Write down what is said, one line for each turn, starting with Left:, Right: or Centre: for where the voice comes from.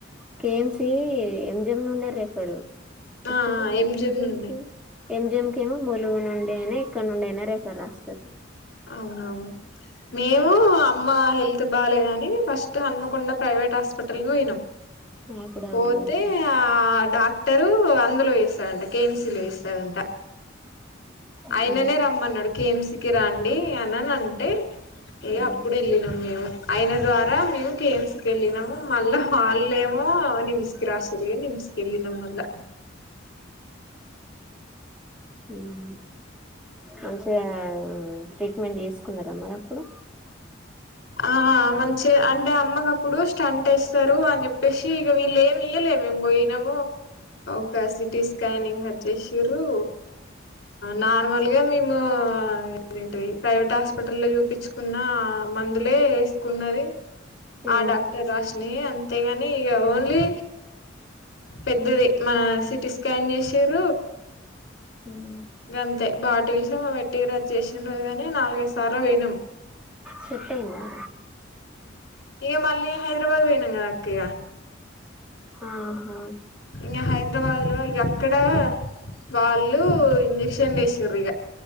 Centre: కే ఎం సీ ఎం జమ్ నుండే రేఫరు
Left: ఆ
Centre: ఇప్పుడు
Left: ఎంజెం
Centre: ఎం జం
Left: నుండి
Centre: టి ఎం జం కేమో ములుగు నుండి అయినా ఎక్కడ నుండి అయినా రెఫర్ రాస్తారు
Left: అవునవును మేము అమ్మ హెల్ ల్త్ బాలేదని ఫస్ట్ హన్మకుండ ప్రైవేట్ హాస్పిటల్కి పోయినాం
Centre: యాప్ డౌన్లోడ్
Left: పోతే ఆ డాక్టరు అందులో వేస్ స్తారంట కే ఎం సి లో ఇస్తారంట
Centre: మ్మ్
Left: అయిననే రమ్మన్నాడు కిమ్స్ కి రండి అనని అంటే ఇగ
Centre: మ్మ్
Left: అప్పుడు వెళ్ళినాం మేము అయన ద్వారా మము గేమ్స్క వెళ్ళినాము మళ్ళా వాళ్ళేమో నిమ్స్ కి రాస్ సర్లే నిమ్స్కీ వెళ్ళినాం అట్ల
Centre: మ్మ్ మంచిగా ట్రీట్మెంట్ చేసుకున్నారా మరి అప్పుడు
Left: ఆ మంచిగా అంటే అమ్మగప్పుడు స్టంట్ వేస్తారు అని చెప్పేసి ఇగ వీళ్ళు ఏమి ఇయలే మేము పోయినాము ఓకే సిటి స్కానింగ్ వచ్చేసిర్రు నార్ వాళ్ళు కాదు మేము ఏంటది ప్రైవేట్ హాస్పిటల్లో చూపిచుకున్న మందులే వేసుకున్నది
Centre: మ్మ్
Left: ఆ డాక్టర్ రాస్ నే అంతేగాని ఇగ ఓన్లీ పెద్దది మన సిటి స్కాన్ చేస్సిర్రు
Centre: మ్మ్
Left: ఇంగంతే బాటిల్సు పెట్టిర్రు వచ్చేసిండు కాగాని నాలుగైదు సార్లు పోయినాం
Centre: సెట్ అయ్యిందా
Left: ఇగ మళ్ళీ హైదరాబాద్ పోయినాం కదక్క ఇగ
Centre: ఆహా
Left: ఇంగ హైదరాబాద్ లో ఎక్కడా వాళ్ళు ఇంజెక్షన్లు ఎసిర్రు ఇగ